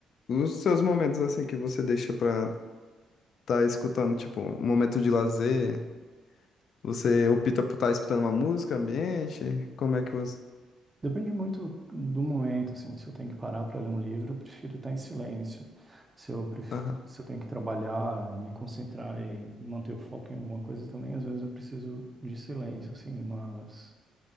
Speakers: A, on the left; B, on the right.
A: os seus momentos assim que você deixa pra estar escutando, tipo, um momento de lazer, você opta por estar escutando uma música, ambiente? Como é que você.
B: depende muito do momento, assim. Se eu tenho que parar para ler um livro, eu prefiro estar em silêncio. Se eu, pref-
A: Aham.
B: se eu tenho que trabalhar, eh, me concentrar e manter o foco em alguma coisa também, às vezes eu preciso de silêncio, assim, mas